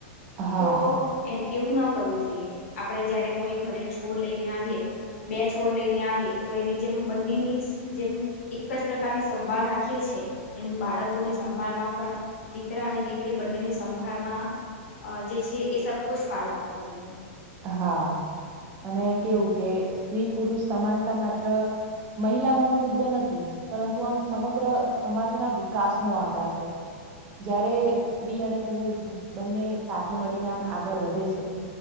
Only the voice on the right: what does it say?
હા
હા, અને કેવું કે સ્ત્રી પુરુષ સમાનતા માત્ર મહિલાઓનો મુદ્દો નથી પરંતુ આમ સમગ્ર સમાજના વિકાસ નો આધાર છે. જ્યારે સ્ત્રી અને પુરુષ બંને સાથે મળીને આમ આગળ વધે છે.